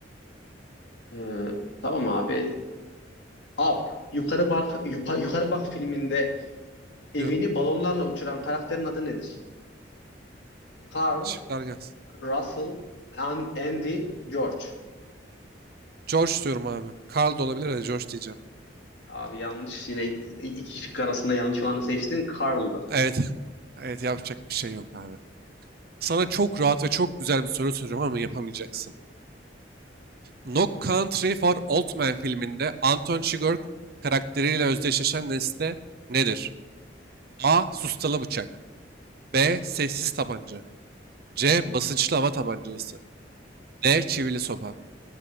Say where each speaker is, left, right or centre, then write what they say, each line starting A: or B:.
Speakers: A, on the left; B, on the right.
A: Ee, tamam abi. Up. Yukarı bak yupa- yukarı bak filminde evini
B: Diyorum.
A: balonlarla uçuran karakterin adı nedir? Carl,
B: Şıklar gelsin.
A: Russell, An- Andy, George.
B: George diyorum abi. Carl da olabilir de George diyeceğim.
A: Abi yanlış. Yine i- iki şık arasında yanlış olanı seçtin. Carl'dı.
B: Evet. <laughs> Evet yapacak bir şey yok abi. Sana çok rahat ve çok güzel bir soru soruyorum ama yapamayacaksın. No Country for Old Men filminde Anton Chigurh karakteriyle özdeşleşen nesne nedir? A. Sustalı bıçak. B. Sessiz tabanca. C. Basınçlı hava tabancası. D. Çivili sopa.